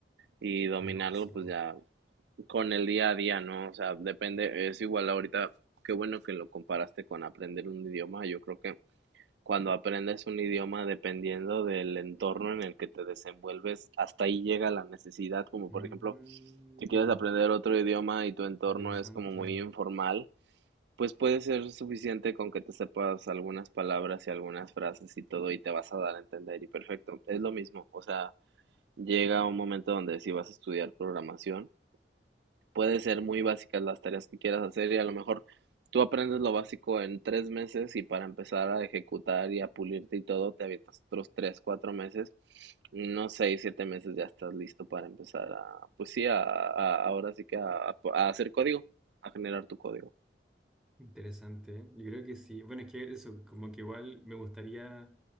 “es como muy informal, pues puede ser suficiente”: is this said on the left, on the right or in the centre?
Right